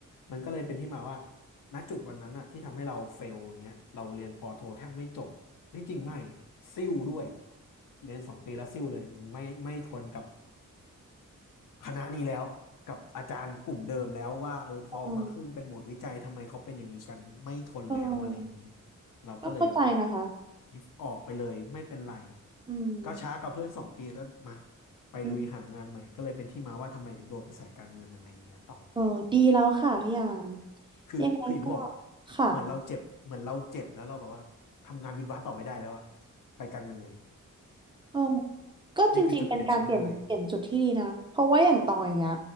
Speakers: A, on the left (about 85°); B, on the right (about 15°).
A: มันก็เลยเป็นที่มาว่าณจุดวันนั้นอะที่ทำให้เราเฟลอย่างเงี้ยเราเรียนปอโทแทบไม่จบที่จริงไม่ซิ่วด้วยเรียนสองปีแล้วซิ่วเลยไม่ไม่ทนกับ คณะนี้แล้วกับอาจารย์กลุ่มเดิมแล้วว่าเออพอมาขึ้นเป็นหมวดวิจัยทำไมเขาเป็นอย่างนี้กันไม่ทนแล้วอะไรอย่างเงี้ย
B: อืมเออ
A: เราก็เลยแบบ
B: ก็เข้าใจนะคะ
A: ทิฟออกไปเลยไม่เป็นไร
B: อืม
A: ก็ช้ากับเพื่อนสองปีแล้วมาไปลุยหางานใหม่ก็เลยเป็นที่มาว่าทำไมถึงโดดไปสายการเงินอะไรอย่างเงี้ยต่อ
B: อืมเออดีแล้วค่ะพี่ยาม
A: คือคืออย่างที่บอก
B: ยังไงก็ค่ะ
A: เหมือนเราเจ็บเหมือนเราเจ็บแล้วเราแบบว่าทำงานวิศวะต่อไม่ได้แล้วอะไปการเงินเลย
B: เออ
A: <laughs>
B: ก็จริงๆเป็นการเปลี่ยนเปลี่ยนจุดที่ดีนะเพราะว่าอย่างตองอย่างเงี้ย
A: นี่คือจุดเปลี่ยนชีวิตเลย